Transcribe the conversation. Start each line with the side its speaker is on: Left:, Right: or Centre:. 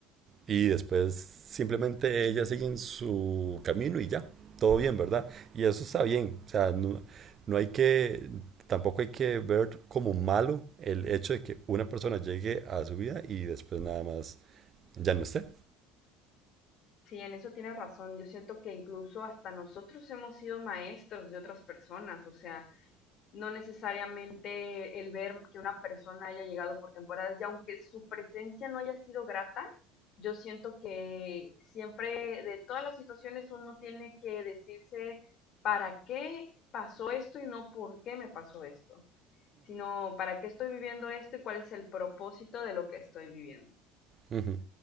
Right: y después simplemente ellas siguen su camino y ya, todo bien, ¿verdad? Y eso está bien, o sea, no, no hay que, tampoco hay que ver como malo el hecho de que una persona llegue a su vida y después nada más ya no esté.
Left: Sí, en eso tienes razón, yo siento que incluso hasta nosotros hemos sido maestros de otras personas, o sea, no necesariamente el ver que una persona haya llegado por temporadas y aunque su presencia no haya sido grata, yo siento que siempre de todas las situaciones uno tiene que decirse para qué pasó esto y no por qué me pasó esto, sino para qué estoy viviendo esto y cuál es el propósito de lo que estoy viviendo.
Right: Ujú.